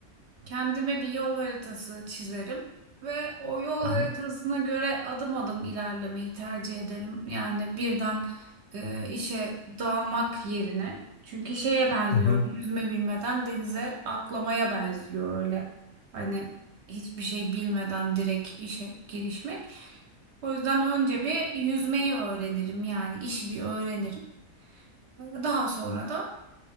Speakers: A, on the right; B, on the left.
A: Kendime bir yol haritası çizerim ve o yol
B: Hı
A: haritasına
B: hı.
A: göre adım adım ilerlemeyi tercih ederim. Yani birden e, işe dalmak yerine. Çünkü şeye benziyor.
B: Hı hı.
A: Yüzme bilmeden denize atlamaya benziyor öyle. Hani hiçbir şey bilmeden direkt işe girişmek. O yüzden önce bir yüzmeyi öğrenirim. Yani işi bir öğrenirim. Daha sonra da